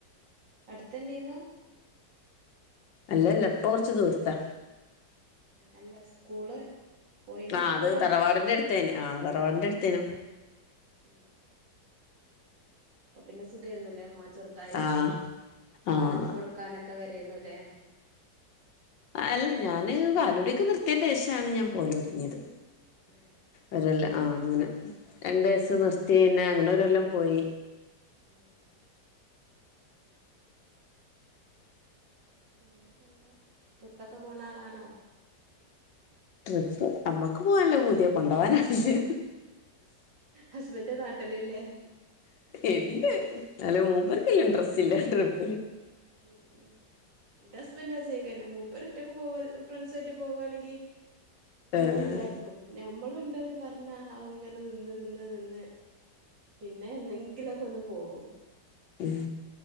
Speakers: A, on the right; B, on the left.
A: അടുത്തന്നാണോ
B: അല്ലല്ല ഇപ്പൊ കൊറച്ച് ദൂരത്താ.
A: അല്ല സ്കൂള് പോയിന്
B: ആ
A: സ്കൂൾ
B: അത്
A: അടുത്ത്
B: തറവാടിന്റെ അടുത്തായിനു ആഹ് തറവാടിൻ്റെ അടുത്തേനു.
A: ഉം അപ്പൊ പിന്നെ സുഖം ആയിരുന്നല്ലേ മോൻ ചെറുതായാലും
B: ആഹ്
A: പാലൊക്കെ
B: ആഹ്
A: കൊടുക്കാനൊക്കെ വരേന്നുല്ലേ
B: അല്ല. ഞാന് പാലു കുടിയൊക്കെ നിർത്തിയേന്റെ ശേഷാണ് ഞാൻ പോവല് തുടുങ്ങിയത്.
A: ഏ
B: ഒരു കൊല്ലം ആഹ് അങ്ങനെ. രണ്ട് വയസ്സ് നിർത്തി പിന്നെ അങ്ങനെ ഒരു കൊല്ലം പോയി.
A: ഉം പിന്നെ എന്താ. ട്രിപ്പൊക്കെ പോണ ആളാണോ?
B: ട്രിപ്പ്. അമ്മക്ക് പോവാനൊക്കെ നല്ല പൂതിയാ. പക്ഷെ കൊണ്ടാനാളില്ല.
A: ഹസ്ബൻ്റ് നാട്ടിലില്ലേ.
B: ഇണ്ട്. എന്നാലും മൂപ്പർക്ക് വല്യ ഇൻട്രസ്റ്റ് ഇല്ല. ട്രിപ്പ്
A: ഉ ഉം എന്റെ ഹസ്ബൻ്റ് അച്ചേക്കന്നെ മൂപ്പര് ഒറ്റക്കു പോവു ഫ്രണ്ട്സായിട്ട് പോവാണെങ്കി മുന്നൊക്കായിരിക്കും.
B: ആഹ്
A: ഞമ്മളുണ്ടെന്ന് പറഞ്ഞാ അവൻ ഇങ്ങനെ നിന്ന് നിന്ന് നിന്ന് പിന്നെ എന്നെങ്കിലൊക്കെ ഒന്ന് പോകും.
B: ഉം